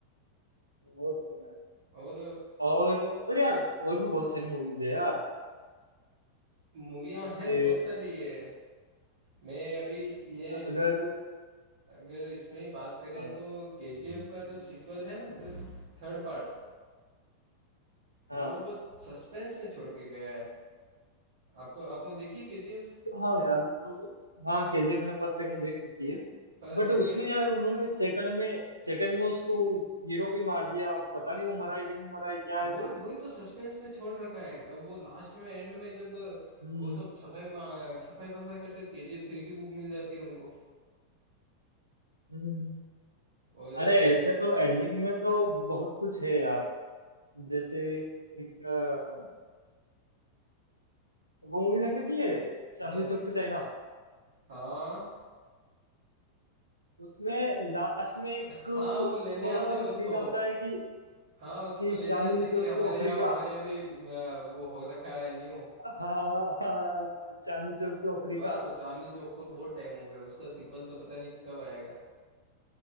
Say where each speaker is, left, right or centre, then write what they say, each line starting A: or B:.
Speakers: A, on the right (about 85°); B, on the right (about 55°).
A: वो तो है
B: और
A: और और यार
B: सब
A: और भी बहुत सारी मूवीज है यार
B: मूवियाँ
A: जैसे
B: हैं ना बहुत सारी है मैं अभी ये
A: अगर
B: अगर इसमें ही बात करें
A: हाँ
B: तो केजीएफ का जो सीक्वल है ना जो थर्ड पार्ट वो
A: हाँ
B: बहुत सस्पेंस में छोड़ के गया है आपको आपने देखी केजीएफ
A: हाँ यार हाँ केजीएफ मैंने फर्स्ट सेकंड देख रखी है
B: पर
A: बट
B: सेकंड
A: उसमें यार उन्होंने सेकंड में सेकंड में उसको हीरो को ही मार दिया अब पता नहीं वो मरा है कि नहीं मरा है क्या
B: अब
A: है
B: वही
A: बट
B: वही तो सस्पेंस में छोड़ रखा है अब वो लास्ट में एंड में जब
A: हम्म
B: वो सब सफाई मा- सफाई वफाई करते तो केजीएफ थ्री की बुक मिल जाती है उनको
A: हम्म।
B: और अ,
A: अरे ऐसे तो एंडिंग में तो बहुत कुछ है यार जैसे एक अ, वो मूवी देख रखी है चांदनी
B: कौन सी
A: चौक टू चाइना
B: हाँ
A: उसमें लास्ट में एक
B: हाँ वो लेने
A: थोड़ा
B: आते
A: सा वो
B: हैं उसको
A: सीन आता है कि
B: हाँ उसको
A: कि
B: लेने
A: चांदनी
B: आते हैं कि
A: चौक
B: हमारे
A: टू अफ्रीका
B: यहाँ हमारे यहाँ भी अ, वो हो रखा है न्यू
A: <laughs> हाँ हाँ, हाँ, चांदनी चौक टू अफ्रीका
B: यार वो चांदनी चौक को बहुत टाइम हो गया उसका सीक्वल तो पता नहीं कब आएगा